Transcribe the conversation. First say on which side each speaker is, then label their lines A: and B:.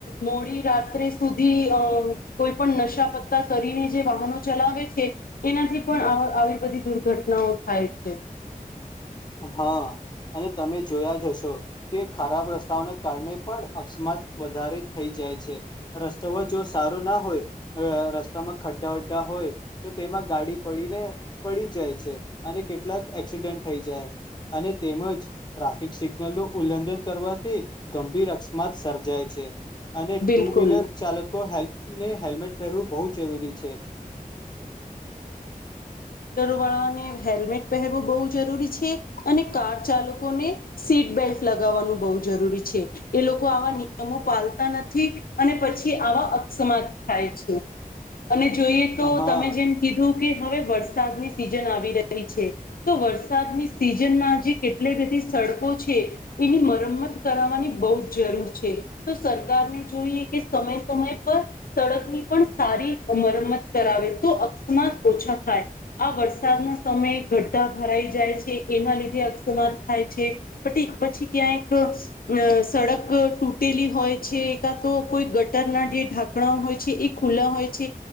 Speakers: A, on the left; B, on the left.
A: મોડી રાત્રે સુધી અ કોઈ પણ નશા પતા કરીને જે વાહનો ચલાવે છે એનાથી પણ અ આવી બધી દુર્ઘટનાઓ થાય છે.
B: હા અને તમે જોયા જ હશો કે ખરાબ રસ્તાઓને કારણે પણ અક્ષમાત વધારે થઈ જાય જાય છે રસ્તાઓ જો સારો ના હોયઅ રસ્તામાં ખડા વડા હોય તો તેમાં ગાડી પડીને પડી જાય છે, અને કેટલાક એક્સિડેન્ટ થઈ જાય અને તેમજ ટ્રાફિક સિગ્નલો ઉલ્લઘન કરવાથી ગંભીર, અકસ્માત સર્જાય છે. અને ટુ
A: બિલકુલ
B: વ્હીલર ચાલકોને, હેલ્મેટ પહેરવું બહુ જરૂરી છે.
A: વાળને હેલ્મેટ પહેરવું બહુ જરૂરી છે, અને કાર ચાલકોને સીટ બેલ્ટ લગ બ જરૂરી છે, એ લોકો આવા નિયમો પાલતા નથી અને પછી આવા. સમાત થાય છે, અને જોઈએ તો
B: હા
A: તમે જેમ હવે વરસાદની સિઝન આવી રહી છે, તો વરસાદની સિઝનમાંજ કેટલે સડકો છે, એની મરમત કરની બહ જ જરૂર છે, તો સરકારને જોઈએ કે સમય સમય પર સડકની સારી મરમત કરાવે તો અ ઓછા થાય આ વરસાદના સમય ગડધા ભરાઈ જાય છે, એના લીધે અસ્માત થાય છે, પ પછી ક્યાંક સડક તૂટેલી હોય છે. તો કોઈ ગટરના જે ઢાંકણા હોય છે, એ ખુલ્લા હોય છે,